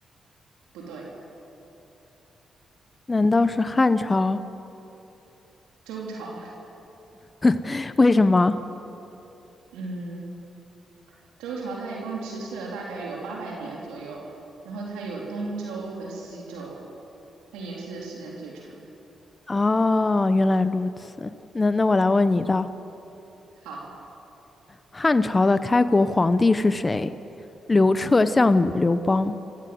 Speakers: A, on the right; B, on the left.
A: 不对，
B: 难道是汉朝？
A: 周朝，
B: <laughs> 为什么？
A: <laughs> 嗯，周朝它一共持续了大概有八百年左右，然后它有东周和西周，它延续的时间最长。
B: 哦，原来如此。那那我来问你一道，
A: 好，
B: 汉朝的开国皇帝是谁？刘彻、项羽、刘邦。